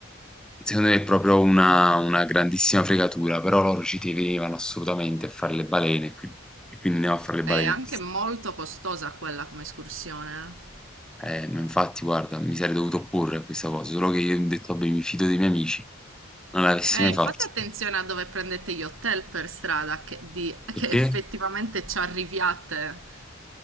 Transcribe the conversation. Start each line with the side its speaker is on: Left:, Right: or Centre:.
Centre: secondo me è proprio una, una grandissima fregatura, però loro ci tenevano assolutamente a fare le balene, qui- e quindi andiamo a fare le
Right: è
Centre: balene.
Right: anche molto costosa quella come escursione. eh.
Centre: Eh, ma infatti, guarda, mi sarei dovuto opporre a questa cosa, solo che io mi ho detto, vabbè, mi fido dei miei amici, non l'avessi
Right: Eh,
Centre: mai fatto.
Right: fate attenzione a dove prendete gli hotel per strada, che, di-
Centre: Perché?
Right: che effettivamente ci arriviate.